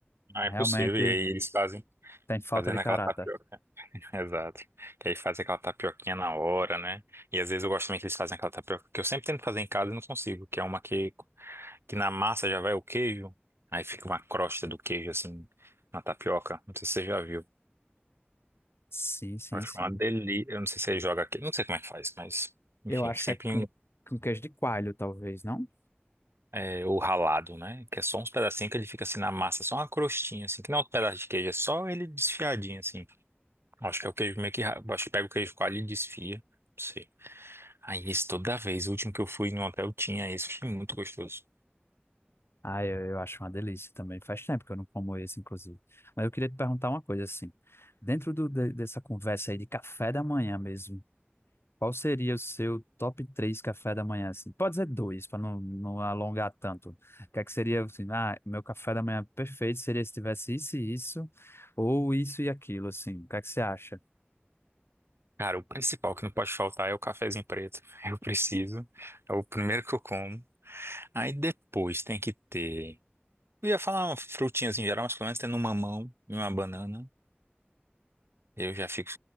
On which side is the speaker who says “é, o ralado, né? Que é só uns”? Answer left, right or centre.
Right